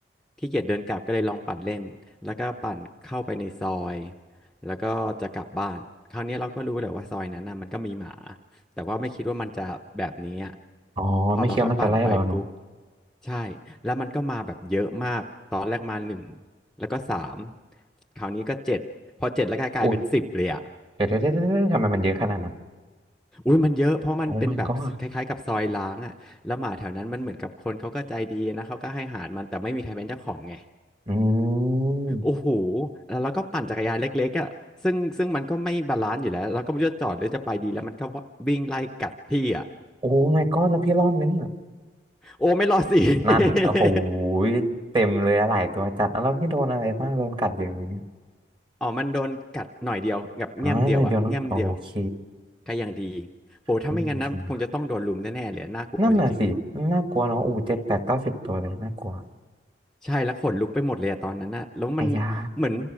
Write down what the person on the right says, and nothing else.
อ๋อไม่คิดว่ามันจะไล่เราเนาะ
โอ้ยเดี๋ยวเดี๋ยวเดี๋ยวเดี๋ยวทำไมมันเยอะขนาดนั้น
โอ้ my god อืม
โอ้ my god แล้วพี่รอดไหมเนี่ย
นั่นโอ้โหเต็มเลยอะหลายตัวจัดแล้วพี่โดนอะไรบ้างโดนกัดเยอะไหมเนี่ย
อ่าหน่อยเดียวเนาะโอเค
โอเคจริงๆนะนั่นน่ะสิน่ากลัวเนาะอู้เจ็ดแปดเก้าสิบตัวเลยน่ากลัว
อายา